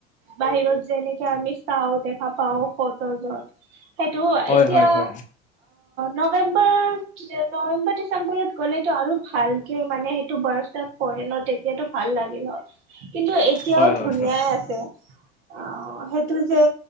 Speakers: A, on the right (about 65°); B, on the left (about 25°).
A: বাহিৰত যেনেকে আমি চাওঁতে। পাপাও ফটৰ জত। সেইটো
B: হয়
A: এতিয়া
B: হয় হয়
A: নৱেম্বৰ নৱেম্বৰ ডিচেম্বৰত গ'লেতো আৰু ভালকে মানে সেইটো বৰফ চৰফ পৰে ন তেতিয়াটো। ভাল লাগিল কিন্তু এতিয়াও
B: হয় হয়
A: ধুনীয়াই
B: হয়
A: আছে। অ' সেইটো যে